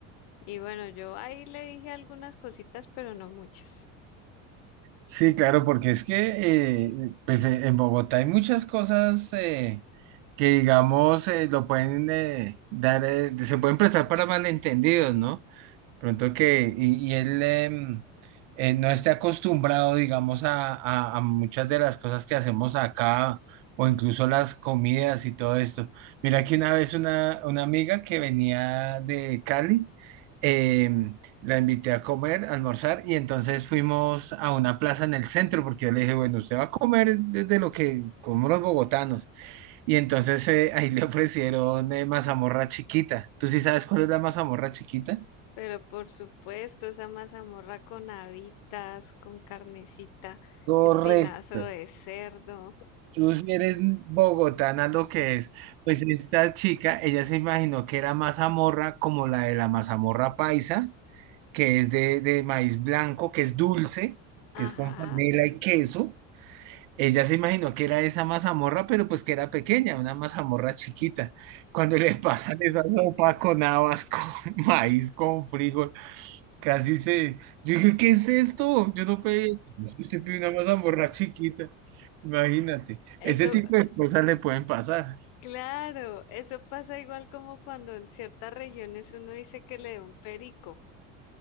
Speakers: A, on the left; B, on the right.
A: Y bueno, yo ahí le dije algunas cositas, pero no muchas.
B: Sí, claro, porque es que eh, pues, eh, en Bogotá hay muchas cosas eh, que, digamos, eh, lo pueden eh, dar, eh, se pueden prestar para malentendidos, ¿no? Pronto que, y, y él em, eh, no esté acostumbrado, digamos, a, a- a muchas de las cosas que hacemos acá, o incluso las comidas y todo esto. Mira que una vez una, una amiga que venía de Cali, em, la invité a comer, a almorzar, y entonces fuimos a una plaza en el centro, porque yo le dije, bueno, usted va a comer desde lo que comemos los bogotanos. Y entonces eh, ahí le <laughs> ofrecieron eh, mazamorra chiquita. ¿Tú sí sabes cuál es la mazamorra chiquita?
A: Pero por supuesto, esa mazamorra con habitas, con carnecita,
B: Correcto.
A: espinazo de cerdo.
B: Tú sí eres bogotana lo que es. Pues esta chica, ella se imaginó que era mazamorra como la de la mazamorra paisa, que es de, de maíz blanco, que es dulce,
A: Ajá,
B: que es con panela y queso. Ella se imaginó que era esa mazamorra, pero pues que era pequeña, una mazamorra chiquita. Cuando le pasan esa sopa con habas, con <laughs> maíz, con frijol, casi se... Yo dije, ¿qué es esto? Yo no pedí esto. Usted pidió una mazamorra chiquita. Imagínate,
A: eso,
B: ese tipo de cosas le pueden pasar.
A: claro, eso pasa igual como cuando en ciertas regiones uno dice que le da un perico.